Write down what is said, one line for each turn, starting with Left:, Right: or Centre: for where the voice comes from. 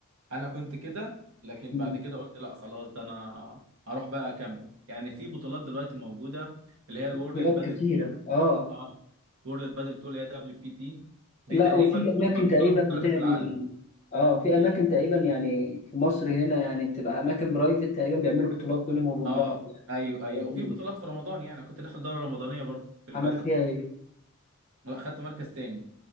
Right: انا كنت كده لكن
Left: مم.
Right: بعد كده قلت لا خلاص ده انا اروح بقى اكمل يعني في بطولات دلوقتي موجوده اللي هي الورلد
Left: بلاد
Right: بادل
Left: كتيرة
Right: تور
Left: اه
Right: اه وورلد بادل تور اللي هي دبليو بي تي دي
Left: لا
Right: تقريبا
Left: وفي
Right: اكبر
Left: أماكن تقريبا
Right: بطوله محترفه
Left: بتعمل
Right: في العالم
Left: اه في أماكن تقريبا يعني في مصر هنا يعني بتبقى أماكن برايفت تقريبا بيعملوا بطولات بينهم وبين
Right: اه
Left: بعض يعني
Right: ايوه ايوه
Left: لذيذ.
Right: وفي بطولات في رمضان يعني أنا كنت داخل دوره رمضانيه برضه في البادل
Left: عملت فيها إيه؟
Right: لا خدت مركز تاني